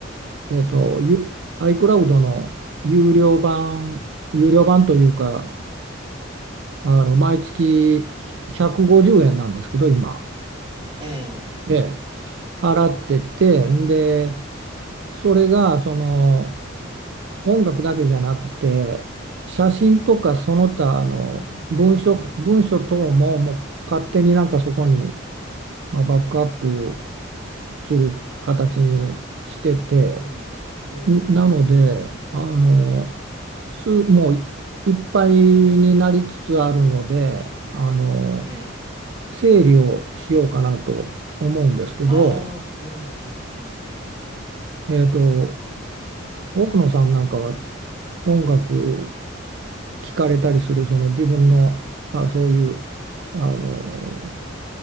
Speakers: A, on the right; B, on the right.
A: う、えっと、ゆ iCloud の有料版、有料版というか、あの、毎月150円なんですけど、今。
B: ええ、
A: で、払ってて、んで、それが、その、音楽だけじゃなくて、写真とかその他の文書、
B: うん、うん、うん、
A: 文書等も、
B: うん、うん、
A: もう勝手になんかそこに、まあ、バックアップする形にしてて、
B: うん、うん、
A: なので、
B: うん、うん、うん。
A: あの、す、もうい、いっぱいになりつつあるので、あの、
B: ええ、
A: 整理をしようかなと思うんですけど、
B: ああ、うん、うん、うん、うん。
A: えっと、奥野さんなんかは音楽聴かれたりする、その自分の、あ、そういう、あの、